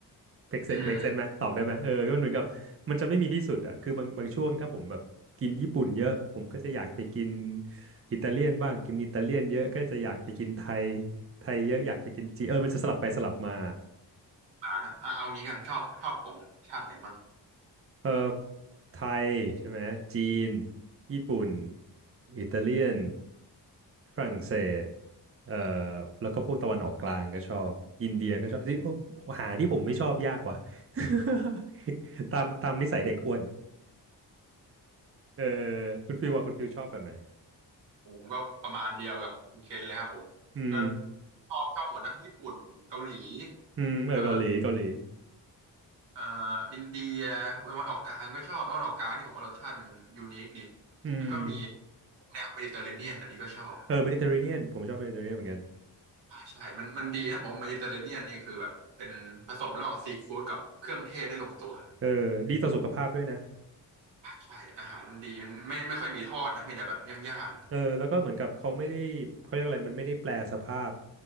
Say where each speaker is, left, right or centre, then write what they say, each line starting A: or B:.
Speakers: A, on the right (about 30°); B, on the right (about 80°).
A: เมคเซนเมคเซนไหมตอบได้ไหมเออก็มันเหมือนกับมันจะไม่มีที่สุดอ่ะคือบางบางช่วงถ้าผมแบบกินญี่ปุ่นเยอะผมก็จะอยากไปกิน
B: อืม
A: อิตาเลียนบ้างกินอิตาเลียนเยอะก็จะอยากไปกินไทยไทยเยอะอยากไปกินจีนเออมันจะสลับไปสลับมา
B: อ่านะอ่าเอางี้กันชอบชอบของชาติไหนมั่ง
A: เออไทยใช่ไหมจีนญี่ปุ่นอิตาเลียนฝรั่งเศสเอ่อแล้วก็พวกตะวันออกกลางก็ชอบอินเดียก็ชอบที่โอ้หาที่ผมไม่ชอบยากกว่า <laughs> ตามตามนิสัยเด็กอ้วนเออคุณฟิลว่าคุณฟิลชอบแบบไหน
B: ผมก็ประมาณเดียวกับคุณเคนเลยครับผมก็
A: อืม
B: ชอบชอบหมดนะญี่ปุ่นเกาหลี
A: อืมเออเกาหลีเกาหลี
B: เอ่อเอ่ออินเดียตะวันออกกลางก็ชอบตะวันออกกลางนี่ผมว่ารสชาติมันยูนิคดี
A: อืม
B: แล้วก็มีแนวเมดิเตอร์เรเนียนอันนี้ก็ชอบ
A: เออเมดิเตอร์เรเนียนผมชอบเมดิเตอร์เรเนียนเหมือนกัน
B: ใช่มันมันดีนะผมเมดิเตอร์เรเนียนนี่คือแบบเป็นผสมระหว่างซีฟู้ดกับเครื่องเทศได้ลงตัว
A: เออดีต่อสุขภาพด้วยนะ
B: ใช่อาหารมันดีมันไม่ไม่ค่อยมีทอดนะมีแต่แบบย่าง
A: เออแล้วก็เหมือนกับเขาไม่ได้เขาเรียกอะไรมันไม่ได้แปลสภาพ